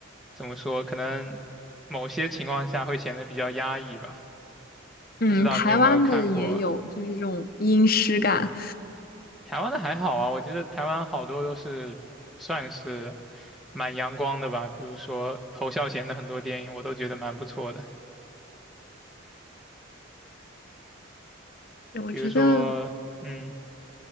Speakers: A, in the centre; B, on the left (about 45°).
A: 怎么说？可能某些情况下会显得比较压抑吧。
B: 嗯，
A: 不知道你有没有看过
B: 台湾的也有，就是这种阴湿感。
A: 台湾的还好啊，我觉得台湾好多都是算是蛮阳光的吧。比如说侯孝贤的很多电影，我都觉得蛮不错的。
B: 我觉得，
A: 比如说，嗯，